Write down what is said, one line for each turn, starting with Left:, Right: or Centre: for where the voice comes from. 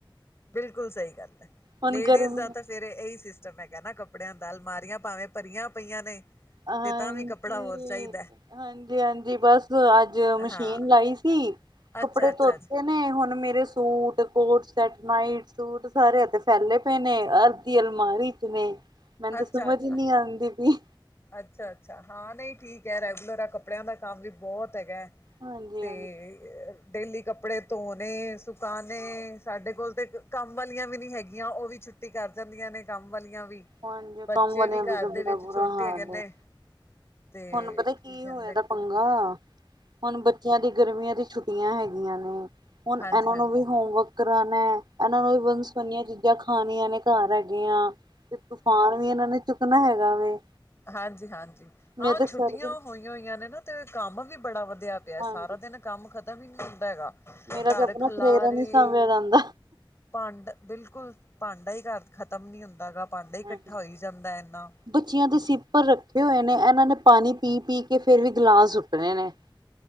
Left: ਬਿਲਕੁਲ ਸਈ ਗੱਲ ਐ
Right: ਹੁਣ
Left: ਲੇਡੀਜ਼
Right: ਗਰਮੀ
Left: ਦਾ ਤਾਂ ਫਿਰ ਇਹੀ ਸਿ ਸਿਸਟਮ ਹੈਗਾ ਏ ਨਾ ਕੱਪੜਿਆਂ ਦਾ ਅਲਮਾਰੀਆਂ ਭਾਵੇਂ ਭਰੀਆਂ ਪਈਆਂ ਨੇ
Right: ਹਾਂਜੀ।
Left: ਤੇ ਤਾਂ ਵੀ ਕੱਪੜਾ ਹੋਰ ਚਾਹੀਦ
Right: ਹਾਂਜੀ-ਹਾਂਜੀ ਬਸ ਅੱਜ ਮਸ਼ੀਨ
Left: ਹਾਂ
Right: ਲਾਈ ਸੀ ਕੱਪੜੇ
Left: ਅੱਛਾ ਅੱਛਾ
Right: ਧੋਤੇ
Left: ਜੀ
Right: ਨੇ ਹੁਣ ਮੇਰੇ suit coat set night suit ਸਾਰਿਆਂ ਤੇ ਫੈਲੇ ਪਏ ਨੇ ਅਰ ਧੀ ਅਲਮਾਰੀ 'ਚ ਨੇ ਮੈਨੂੰ ਤਾਂ
Left: ਅੱਛਾ
Right: ਸਮਝ
Left: ਅੱਛਾ
Right: ਨੀ ਆਂਦੀ ਪਈ।
Left: ਅੱਛਾ-ਅੱਛਾ ਹਾਂ ਨਈ ਠੀਕ ਐ ਰੈਗੂਲਰ ਆ ਕੱਪੜਿਆਂ ਦਾ ਕੰਮ ਵੀ ਬੋਤ ਹੈਗਾ।
Right: ਹਾਂਜੀ-ਹਾਂਜੀ।
Left: ਤੇ ਅ ਡੇਲੀ ਕੱਪੜੇ ਧੋਣੇ ਸੁਕਾਣੇ ਸਾਡੇ ਕੋਲ ਤੇ ਕੰਮ ਵਾਲੀਆਂ ਵੀ ਨਈ ਹੈਗੀਆਂ ਓ ਵੀ ਛੁੱ ਛੁੱਟੀ ਕਰ ਜਾਂਦੀਆਂ ਨੇ ਕੰਮ ਵਾਲੀਆਂ ਵੀ
Right: ਹਾਂਜੀ ਹਾਂਜੀ
Left: ਬੱਚੇ
Right: ਕੰਮ ਵਾਲਿਆਂ
Left: ਵੀ ਘਰ
Right: ਦਾ ਤਾਂ
Left: ਦੇ
Right: ਬੜਾ
Left: ਵਿੱਚ
Right: ਬੁਰਾ
Left: ਛੋਟੇ
Right: ਹਾਲ
Left: ਦੇ ਗਏ ਨੇ
Right: ਹੈ।
Left: ਤੇ
Right: ਹੁਣ ਪਤਾ
Left: ਕੀ ਕੈਂਦੇ
Right: ਹੋਇਆ ਦਾ ਪੰਗਾ ਹੁਣ ਬੱਚਿਆਂ ਦੀ ਗਰਮੀਆਂ ਦੀ ਛੁੱਟੀਆਂ ਹੈਗੀਆਂ ਨੇ ਹੁਣ ਇਹਨਾਂ
Left: ਹਾਂਜੀ-ਹਾਂਜੀ,
Right: ਨੂੰ ਵੀ ਹੋਮਵਰਕ ਕਰਾਣਾ ਇਹਨਾਂ ਨੂੰ ਵੀ ਵੰਨ ਸੁਵੰਨੀਆਂ ਚੀਜ਼ਾਂ ਖਾਣੀਆਂ ਨੇ ਘਰ ਹੈਗੇ ਆ। ਤੇ ਤੂਫਾਨ ਵੀ ਇਹਨਾਂ ਨੇ ਚੁੱਕਣਾ ਹੈਗਾ ਵੇ।
Left: ਹਾਂਜੀ-ਹਾਂਜੀ
Right: ਮੇਰੇ
Left: ਹਾਂ
Right: ਤੇ
Left: ਛੁੱਟੀਆਂ
Right: ਸਿਰ ਦੀ
Left: ਹੋਈਆਂ-ਹੋਈਆਂ ਨੇ ਨਾ ਤੇ ਕੰਮ ਵੀ ਬੜਾ ਵਧਿਆ ਪਿਆ
Right: ਹਾਂਜੀ
Left: ਸਾਰਾ ਦਿਨ ਕੰਮ ਖਤਮ ਹੀ ਨਈ ਹੁੰਦ ਹੈਗਾ
Right: ਮੇਰਾ
Left: ਘਰ
Right: ਤੇ ਆਪਣਾ
Left: ਖਿਲਾਰੇ
Right: ਕਰੇਰਾ ਨੀ ਸਾਂਭਿਆ ਜਾਂਦਾ
Left: ਭਾਂਡਾ ਬਿਲਕੁਲ ਭਾਂਡਾ ਹੀ ਘਰ ਖਤਮ ਨਈ ਹੁੰਦਾ ਹੈਗਾ ਭਾਂਡਾ
Right: ਹਾਂਜੀ
Left: ਹੀ ਕੱਠਾ ਹੋਈ ਜਾਂਦਾ ਇੰਨਾ
Right: ਬੱਚਿਆਂ ਦੇ ਸੀਪਰ ਰੱਖੇ ਹੋਏ ਨੇ ਇਹਨਾਂ ਨੇ ਪਾਣੀ ਪੀ-ਪੀ ਕੇ ਫਿਰ ਵੀ ਗਿਲਾਸ ਸੁੱਟਣੇ ਨੇ।